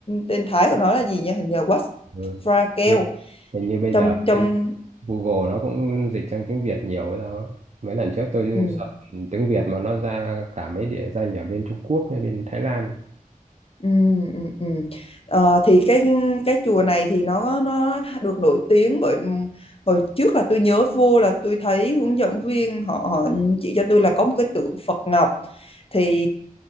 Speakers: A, on the left; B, on the right.
A: tên Thái của nó là gì nha hình như Wat
B: Ừ.
A: Pha Keo
B: Như, hình như bây
A: trong
B: giờ
A: trong
B: trên Google nó cũng dịch sang tiếng Việt nhiều ấy thôi mấy lần trước tôi
A: ừ.
B: search tiếng Việt mà nó ra cả mấy địa danh ở bên Trung Quốc hay bên Thái Lan
A: Ừ, ừ, ừ. Ờ, thì cái cái chùa này thì nó nó được nổi tiếng bởi hồi trước là tôi nhớ vô là tôi thấy hướng dẫn viên họ họ chỉ cho tôi là có một cái tượng Phật Ngọc thì